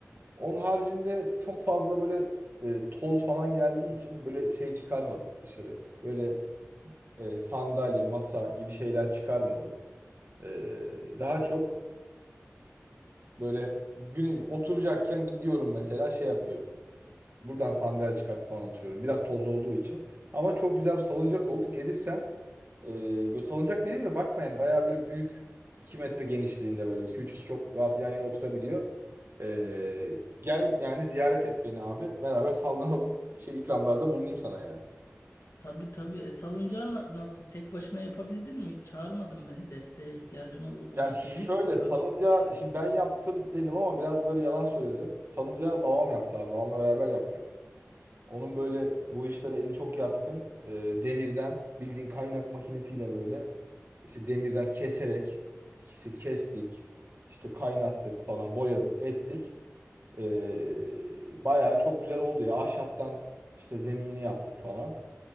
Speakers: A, on the right (about 50°); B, on the left (about 85°).
A: Onun haricinde çok fazla böyle eee, toz falan geldiği için böyle şey çıkarmadım dışarı. Böyle eee, sandalye, masa gibi şeyler çıkarmadım. Eee, daha çok böyle günü oturacakken gidiyorum mesela şey yapıyorum. Buradan sandalye çıkartıp falan oturuyorum. Biraz toz olduğu için. Ama çok güzel bir salıncak oldu. Gelirsen e, böyle salıncak dedim de bakma yani bayağı böyle büyük iki metre genişliğinde böyle iki üç kişi çok rahat yan yana oturabiliyor. E, gel yani ziyaret et beni abi. Beraber sallanalım. Şey ikramlarda bulunayım sana yani.
B: Tabii tabii e, salıncağı na- nasıl tek başına yapabildin mi? Hiç Çağırmadın beni desteğe ihtiyacın ol, ol,
A: Yani şöyle
B: olur mu?
A: salıncağı şimdi ben yaptım dedim ama biraz böyle yalan söyledim. Salıncağı babam yaptı abi. Babamla beraber yaptık. Onun böyle bu işlere eli çok yatkın. E, demirden bildiğin kaynak makinesiyle böyle İşte demirden keserek işte kestik, işte kaynattık falan, boyadık, ettik. Ee, bayağı çok güzel oldu ya. Ahşaptan işte zemini yaptık falan.